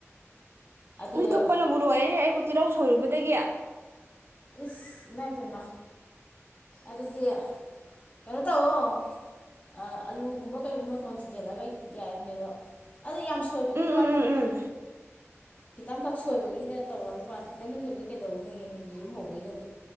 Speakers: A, on the left; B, on the right.
A: ꯑꯗꯨꯒ
B: ꯃꯤꯊꯨꯞꯄꯅꯕꯨ ꯂꯣꯏꯌꯦꯦꯅꯦ ꯑꯩꯕꯨ ꯇꯤꯜꯍꯧ ꯁꯣꯏꯔꯨꯕꯗꯒꯤ
A: ꯏꯁ ꯉꯥꯏ ꯄꯦꯃ ꯑꯗꯨꯗꯤ ꯑꯦ ꯇ ꯑꯣꯣ ꯑꯥꯂꯨꯒꯨꯝꯕ ꯀꯩꯒꯨꯝꯕꯇꯣꯟ ꯊꯤꯟꯖꯤꯜꯂꯒ ꯌꯥꯏ ꯍꯥꯏꯅꯦꯗꯣ ꯑꯗꯨ ꯌꯥꯝ ꯁꯣꯏꯕꯒꯤ
B: ꯎꯝ
A: ꯋꯥꯔꯤꯅꯤꯅ
B: ꯎꯝ ꯎꯝ ꯎꯝ
A: ꯈꯤꯇꯪ ꯈꯛ ꯁꯣꯏꯕꯒꯤꯗ ꯇꯧ ꯍꯥꯏꯕ ꯄꯥꯠ ꯈꯤꯇꯪ ꯍꯧꯦ ꯀꯩꯗꯧꯨꯅꯤꯒꯦ ꯅꯤꯒꯤ ꯌꯨꯝ ꯍꯧꯧꯕ ꯗꯤ